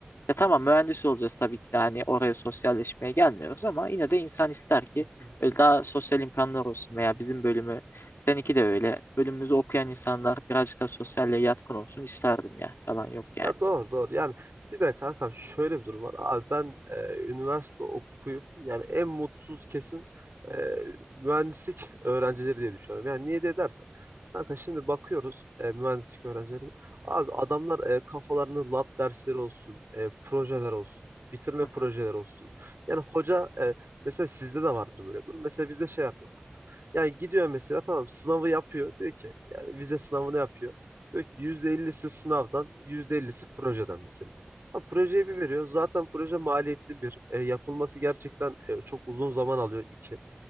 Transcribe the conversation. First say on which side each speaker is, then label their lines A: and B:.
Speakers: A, on the left; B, on the right.
A: ya tamam mühendis olacağız tabii ki de hani oraya sosyalleşmeye gelmiyoruz ama yine de insan ister ki
B: Hı hı.
A: böyle daha sosyal imkanlar olsun veya bizim bölümü seninki de öyle bölümümüzü okuyan insanlar birazcık daha sosyalle yatkın olsun isterdim ya yalan yok yani.
B: Ya doğru doğru. Yani bir de kankam şöyle bir durum var. Abi ben e, üniversite okuyup yani en mutsuz kesin e, mühendislik öğrencileri diye düşünüyorum. Yani niye diye dersen. Kanka şimdi bakıyoruz e, mühendislik öğrencilerine. Abi adamlar e, kafalarını lab dersleri olsun, e, projeler olsun, bitirme
A: <laughs>
B: projeleri olsun. Yani hoca e, mesela sizde de vardır böyle bir durum. Mesela bizde şey yapıyor kanka. Yani gidiyor mesela tamam sınavı yapıyor. Diyor ki yani vize sınavını yapıyor. Diyor ki %50'si sınavdan, %50'si projeden mesela. Ha, projeyi bir veriyor. Zaten proje maliyetli bir. E, yapılması gerçekten e, çok uzun zaman alıyor. İki.